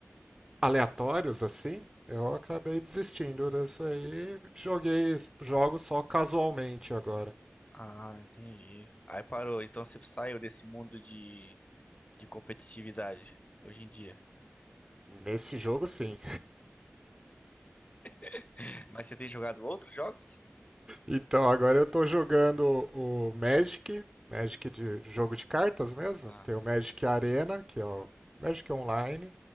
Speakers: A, on the right; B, on the left.
A: aleatórios assim, eu acabei desistindo disso aí. Joguei jogos só casualmente agora.
B: Ah, entendi. Aí parou. Então você saiu desse mundo de, de competitividade hoje em dia.
A: Nesse jogo, sim.
B: <laughs> Mas você tem jogado outros jogos?
A: Então agora eu tô jogando o Magic, Magic de jogo de cartas mesmo.
B: Ah,
A: Tem o Magic Arena, que é o Magic Online.